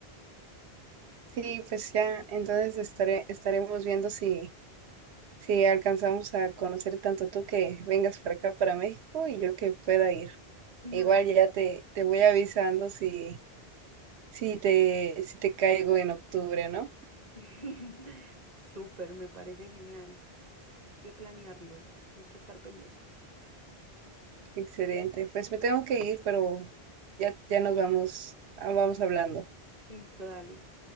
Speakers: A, on the right; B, on the right.
A: Sí, pues ya, entonces estaré, estaremos viendo si, si alcanzamos a conocer tanto tú que vengas para acá, para México, y yo que pueda ir.
B: Ay.
A: Igual ya te, te voy avisando si, si te, si te caigo en octubre, ¿no?
B: <laughs> Súper, me parece genial. Hay que planearlo, hay que estar pendientes.
A: Excelente. Pues me tengo que ir, pero ya, ya nos vamos, ah, vamos hablando.
B: Listo, dale.